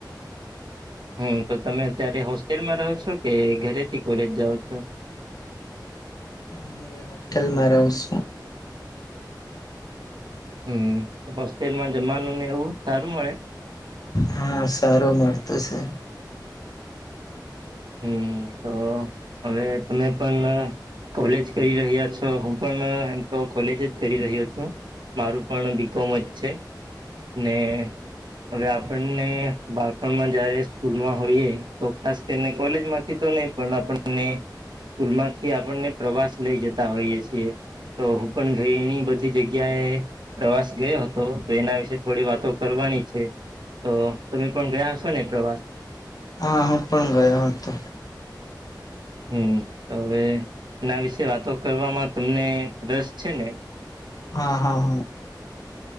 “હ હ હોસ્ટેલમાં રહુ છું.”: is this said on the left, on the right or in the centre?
Left